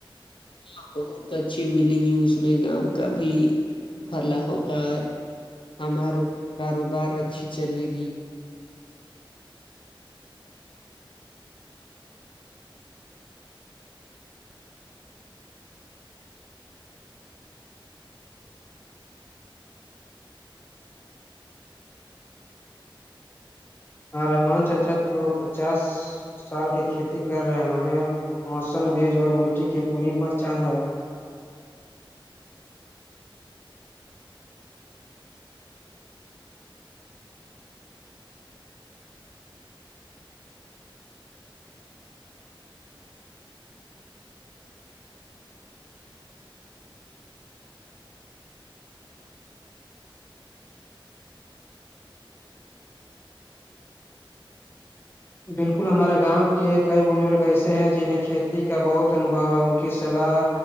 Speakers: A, on the left (about 70°); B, on the left (about 25°).
A: ہاں بہت اچھی ملے گی اس میں گاؤں کا بھی پھلا ہوگا ہمار کاروبار اچھی چلے گی
B: ہاں رحمان چچا تو پچاس سال کی کھیتی کر رہے ہیں انہیں موسم بیج اور مٹی کی پوری پہچان ہے بالکل ہمارے گاؤں کے کئی بزرگ ایسے ہیں جنہں کھیتی کا بہت انبو ہے ان کی سلاح